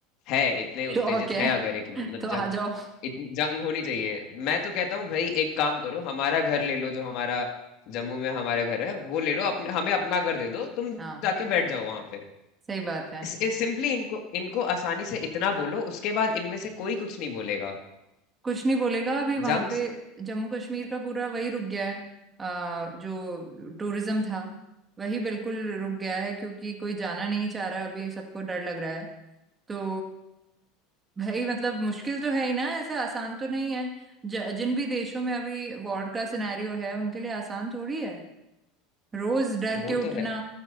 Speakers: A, on the left; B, on the right.
A: है इतने
B: शौक
A: उत्तेजित
B: है
A: है अगर है कि मतलब
B: <laughs> तो आ
A: जंग
B: जाओ
A: इत, जंग होनी चाहिए मैं तो कहता हूँ भाई एक काम करो हमारा घर ले लो जो हमारा जम्मू में हमारा घर है वो ले लो अपने हमें अपना घर दे दो तुम
B: हाँ
A: जाके बैठ जाओ वहां पे
B: सही बात है
A: सिंपली इनको इनको आसानी से इतना बोलो उसके बाद इनमें से कोई कुछ नहीं बोलेगा
B: कुछ नहीं बोलेगा अभी वहां
A: जंग
B: पे
A: से-
B: जम्मू कश्मीर का पूरा वही रुक गया है आ, जो टूरिज्म था वही बिल्कुल रुक गया है क्योंकि कोई जाना नहीं चाह रहा अभी सबको डर लग रहा है तो भाई मतलब मुश्किल तो है ही ना ऐसे आसान तो नहीं है ज, जिन भी देशों में अभी वॉर का सिनेरियो है उनके लिए आसान थोड़ी है रोज डर
A: वो
B: के उठना
A: तो है